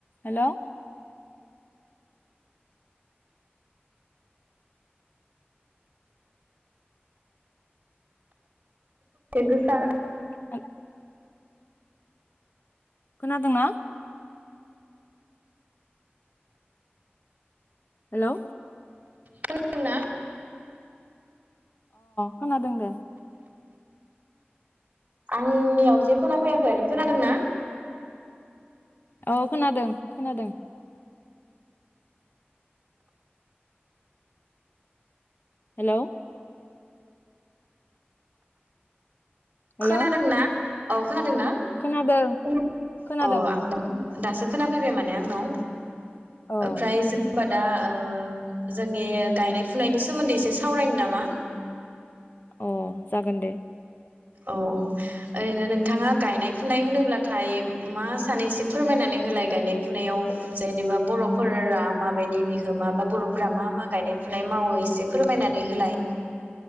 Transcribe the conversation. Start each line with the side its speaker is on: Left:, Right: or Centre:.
Left: Hello
Right: गोसा
Left: <unintelligible> खोनादों ना हेलौ
Right: खोनदों ना
Left: खोनादों दे
Right: आंनियाव जे खोनाफैयाखै नों खोनादोंना
Left: औ खोनादों खोनादों हेलौ हेलौ
Right: खोनादों ना औ खोनादोंना
Left: खोनादों
Right: अ
Left: खोनादों
Right: आं द दासो खोनाफैबाय माने आंनाव
Left: अ
Right: ओमफ्राय जों दा ओ जोंनि गायनाय फुनायनि सोमोन्दै एसे सावरायनो नामा
Left: अ जागोन दे
Right: औ औ ओरैनो नोंथाङा गायनाय फुनाय होनोब्लाथाय मा सानो एसे फोरमायनानै होलाय गायनाय फुनायाव जेनेबा बर'फोरा माबायदि बिहोमा बा बर'फोरा मा मा गायनाय फुनाय मावो एसे फोरमायनानै होलाय